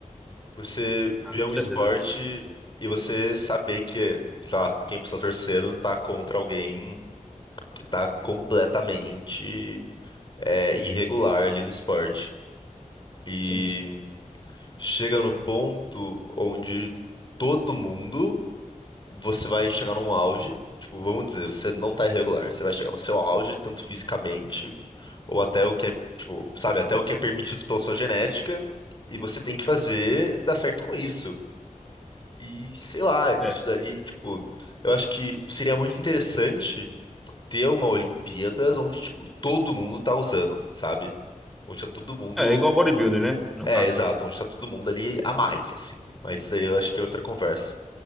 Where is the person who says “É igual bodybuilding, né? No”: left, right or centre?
Centre